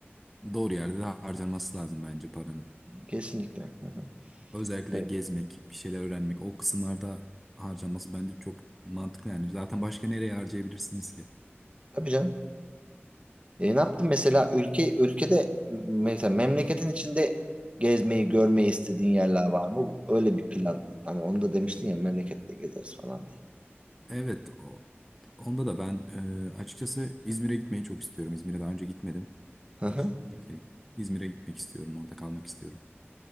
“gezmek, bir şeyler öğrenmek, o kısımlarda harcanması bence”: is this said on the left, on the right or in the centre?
Centre